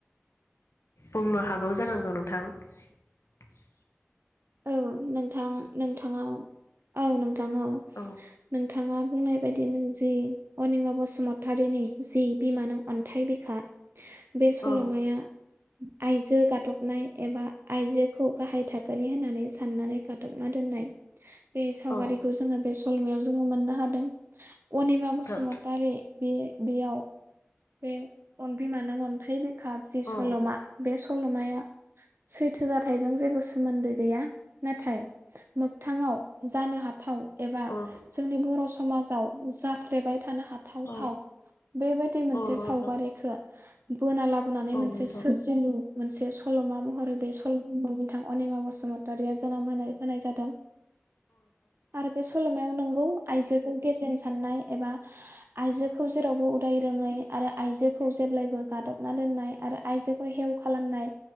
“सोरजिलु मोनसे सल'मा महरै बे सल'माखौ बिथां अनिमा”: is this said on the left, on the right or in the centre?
Right